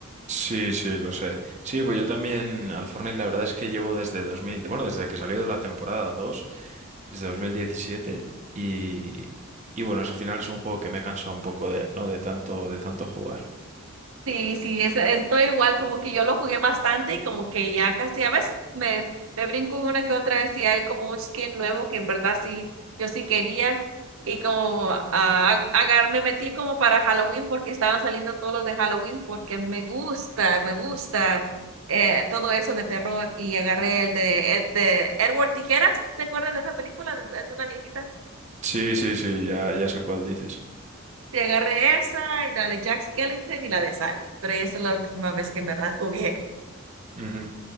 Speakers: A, on the right; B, on the right.
A: Sí, sí, lo sé. Sí, pues yo también al Fortnite la verdad es que llevo desde 2000 bueno, desde que salió de la temporada 2, desde 2017 y, y bueno, es- al final es un juego que me he cansado un poco de él, ¿no? De tanto, de tanto jugar.
B: Sí, sí, es- estoy igual, como que yo lo jugué bastante y como que ya casi a veces me, me brinco una que otra vez y hay como un skin nuevo que en verdad sí, yo sí quería y como ah, agar, me metí como para Halloween porque estaban saliendo todos los de Halloween porque me gusta, me gusta eh, todo eso de terror y agarré el de, Ed- de Edward Tijeras, ¿te acuerdas de esa película? Es una viejita.
A: Sí, sí, sí, ya, ya sé cuál dices.
B: Y agarré esa y la de Jack Skellington y la de Sally, pero esa es la última vez que en verdad jugué.
A: Ujú.